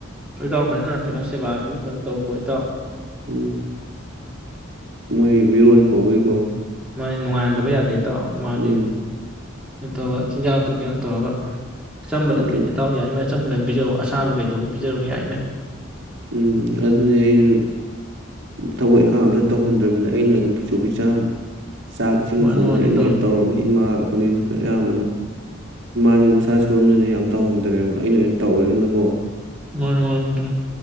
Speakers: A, in the centre; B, on the right.
A: ꯀꯣꯏꯇꯥꯎ ꯐꯖꯅ ꯀꯩꯅꯣ ꯁꯦꯕꯥ ꯐꯤꯕ ꯐꯖꯅ ꯇꯧ ꯀꯣꯏ ꯇꯥꯎ
B: ꯎꯝ ꯃꯣꯏ ꯃꯤꯔꯣꯟ ꯍꯧꯕꯩꯀꯣ
A: ꯅꯅꯨꯡꯉꯟꯗꯕꯖꯗꯦ ꯇ ꯃꯥꯗꯤ
B: ꯎꯝ
A: ꯀꯩꯅꯣ ꯇꯧꯧꯕ ꯆꯤꯟꯖꯥꯛꯇꯨ ꯀꯩꯅꯣ ꯇꯧꯔꯒ ꯆꯝꯕꯗ
B: ꯑꯗꯨ
A: ꯅꯨꯃꯤ ꯏꯇꯥꯎ ꯌꯥꯏꯃꯅ ꯆꯝꯕꯗ ꯑꯗꯨꯝ ꯄꯤꯖꯔꯑꯣ ꯑꯁ ꯑꯁꯥꯕ ꯀꯩꯗꯧꯕ ꯄꯤꯖꯔꯨꯅ ꯌꯥꯏ ꯏꯃꯦ
B: ꯎꯝ ꯑꯗꯨꯅꯤ ꯑꯩꯁꯨ ꯊꯕꯛ ꯏꯪꯈꯥꯡ ꯑꯝꯇ ꯇꯧꯍꯟꯗ꯭ꯔꯃꯤꯗ ꯑꯩꯅ ꯑꯗꯨꯝ ꯐꯤꯁꯨ ꯐꯤꯖꯥ ꯆꯥꯛ ꯏꯁꯤꯡ
A: ꯃꯥꯅꯤ
B: ꯊꯣꯡꯕꯁꯦ
A: ꯃꯥꯅꯤ
B: ꯑꯩꯅ
A: ꯏꯇꯥꯎ
B: ꯂꯣꯏꯅ ꯇꯧꯔꯝꯃꯤ ꯏꯃꯥꯒ ꯐꯅꯤꯅ ꯑꯌꯥꯝꯕꯅ ꯏꯃꯥꯁꯨ ꯃꯁꯥ ꯁꯣꯟꯣꯟꯗꯣꯏꯅ ꯌꯥꯝ ꯇꯧꯍꯟꯗ꯭ꯔꯦꯕ ꯑꯩꯅ ꯑꯣꯏꯅ ꯇꯧꯔꯦꯗꯅꯀꯣ
A: ꯃꯥꯅꯤ ꯃꯥꯅꯤꯗ